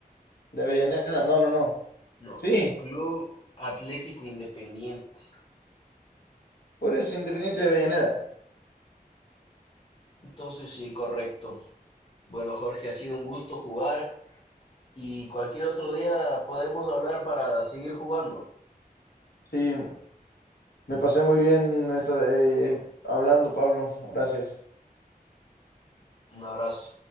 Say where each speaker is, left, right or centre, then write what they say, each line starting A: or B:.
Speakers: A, on the left; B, on the left.
A: de Avellaneda. No, no, no.
B: no.
A: Sí,
B: Club Atlético Independiente.
A: por eso Independiente de Avellaneda.
B: Entonces sí, correcto. Bueno, Jorge, ha sido un gusto jugar y cualquier otro día podemos hablar para seguir jugando.
A: Sí, me pasé muy bien esta de- hablando, Pablo. Gracias.
B: Un abrazo.